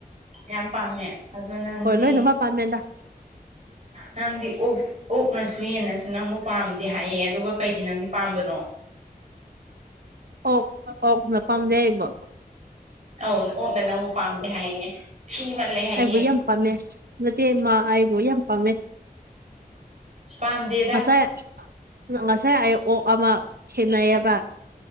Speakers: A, on the right; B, on the right.
A: ꯌꯥꯝ ꯄꯥꯝꯃꯦ ꯑꯗꯣ ꯅꯪꯗꯤ
B: ꯂꯣꯏꯅꯃꯛ ꯄꯥꯝꯃꯦꯗ
A: ꯅꯪꯗꯤ ꯑꯣꯛ ꯑꯣꯛꯅꯁꯨ ꯍꯦꯟꯅꯁꯨ ꯅꯪꯕꯨ ꯄꯥꯝꯗꯦ ꯍꯥꯏꯌꯦ ꯑꯗꯨꯒ ꯀꯩꯒꯤ ꯅꯪꯗꯤ ꯄꯥꯝꯕꯅꯣ
B: ꯑꯣꯛ ꯑꯣꯛꯅ ꯄꯥꯝꯗ° ꯍꯥꯏꯕꯣ
A: ꯑꯧ ꯑꯣꯛꯅ ꯅꯪꯕꯨꯨ ꯄꯥꯝꯗꯦ ꯍꯥꯏꯌꯦ ꯊꯤ ꯃꯜꯂꯦ ꯍꯥꯏꯌꯦ
B: ꯑꯩꯕꯨ ꯌꯥꯝ ꯄꯥꯝꯃꯦ ꯅꯠꯇꯦ ꯃꯥ ꯑꯩꯕꯨ ꯌꯥꯝ ꯄꯥꯝꯃꯦ
A: ꯄꯥꯝꯗꯦꯗ
B: ꯉꯁꯥꯏ ꯉꯁꯥꯏ ꯑꯩ ꯑꯣꯛ ꯑꯃ ꯊꯦꯟꯅꯩꯑꯕ